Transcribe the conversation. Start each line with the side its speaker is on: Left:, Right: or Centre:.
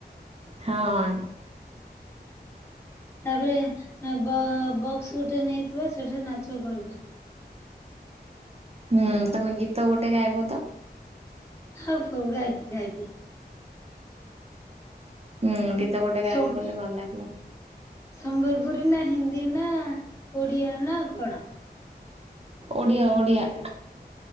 Right: ହଁ।
Left: ତାପରେ ବକ୍ସ ଗୋଟେ ନେଇଥିବା ସେଠାରେ ନାଚ କରିବା।
Right: ହୁଁ ତମେ ଗୀତ ଗୋଟେ ଗାଇବ ତ!
Left: ହଉ ହଉ ଗାଇବି ଗାଇବି।
Right: ହୁଁ ଗୀତ ଗୋଟେ ଗାଇବା
Left: ସମ୍
Right: ବଲେ ଭଲ ଲାଗିବ।
Left: ସମ୍ବଲପୁରୀ ନା ହିନ୍ଦୀ ନା ଓଡିଆ ନା କଣ?
Right: ଓଡ଼ିଆ ଓଡ଼ିଆ।